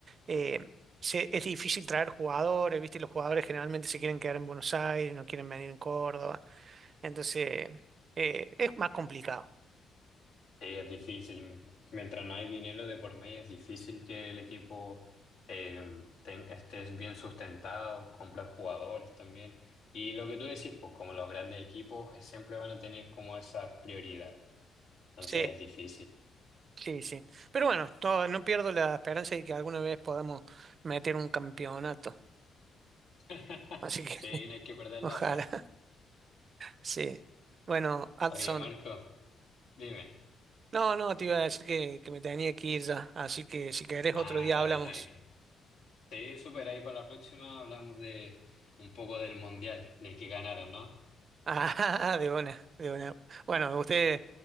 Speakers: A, on the right (about 50°); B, on the left (about 80°).
A: eh, se- es difícil traer jugadores, ¿viste? Los jugadores generalmente se quieren quedar en Buenos Aires, no quieren venir en Córdoba, entonces eh, es más complicado.
B: sí, es difícil. Mientras no hay dinero de por medio, es difícil que el equipo eh, ten- esté bien sustentado, comprar jugadores también. Y lo que tú decís, pues como los grandes equipos eh, siempre van a tener como esa prioridad. Entonces
A: Sí,
B: es difícil.
A: sí, sí. Pero bueno, to- no pierdo la esperanza de que alguna vez podamos meter un campeonato,
B: <laughs>
A: así que
B: Sí,
A: <laughs>
B: no hay que perder
A: ojalá,
B: la fe.
A: sí. Bueno, Adson.
B: Oye, Marco, dime.
A: No, no, te iba a decir que, que me tenía que ir ya, así que si querés
B: Ah,
A: otro día
B: dale,
A: hablamos.
B: tranqui. Sí, súper, ahí para la próxima hablamos de un poco del mundial, de que ganaron, ¿no?
A: <laughs> Ah, de una, de una. Bueno, ustedes